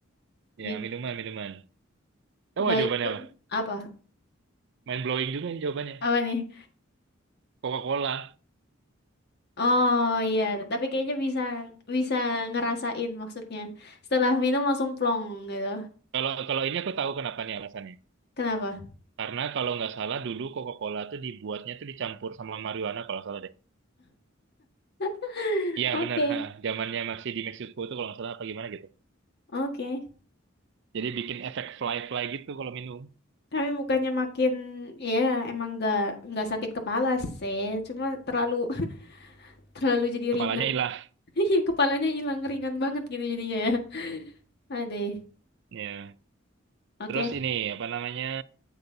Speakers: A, on the right; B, on the left.
A: Ya,
B: Minum
A: minuman, minuman. Tahu nggak
B: baik
A: jawabannya
B: goreng.
A: apa?
B: Apa?
A: Mind blowing juga ini jawabannya.
B: Apa nih?
A: Coca-Cola.
B: Oh iya, tapi kayaknya bisa bisa ngerasain maksudnya. Setelah minum langsung plong gitu.
A: Kalau kalau ini aku tahu kenapa nih alasannya.
B: Kenapa?
A: Karena kalau nggak salah dulu Coca-Cola tuh dibuatnya tuh dicampur sama marijuana kalau nggak salah deh.
B: <laughs>
A: Iya
B: Oke,
A: benar, ha. Zamannya masih di Meksiko tuh kalau nggak salah apa gimana gitu.
B: oke.
A: Jadi bikin efek fly-fly gitu kalau minum.
B: Kami bukannya makin ya emang nggak nggak sakit kepala sih, cuma terlalu <laughs> terlalu jadi
A: Kepalanya
B: ringan.
A: hilang.
B: <laughs> Iya, kepalanya hilang ringan banget gitu jadinya ya. <laughs> Aduh.
A: Ya.
B: Oke.
A: Terus ini apa namanya?